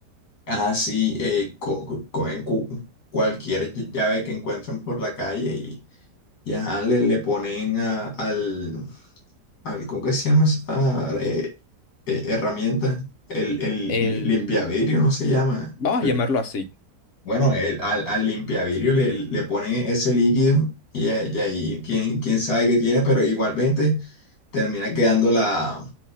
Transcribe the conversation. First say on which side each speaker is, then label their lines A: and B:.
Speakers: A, on the left (about 70°); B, on the left (about 50°).
A: así, eh, co- co- cogen cu- cualquier llave que encuentren por la calle y, y ajá, le, le ponen a- al... al- ¿Cómo que se llama esa eh, eh, herramienta? El, el
B: El,
A: li- limpiavidrio no se llama.
B: vamos
A: Yo
B: a llamarlo
A: que-
B: así.
A: Bueno, el- al, al limpiavidrio le, le ponen ese líquido y, a- y ahí quién, quién sabe qué tiene, pero igualmente termina quedando la,